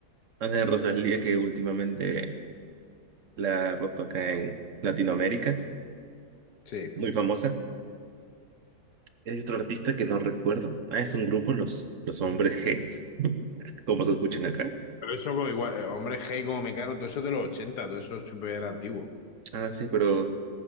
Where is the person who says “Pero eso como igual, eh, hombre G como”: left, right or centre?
Left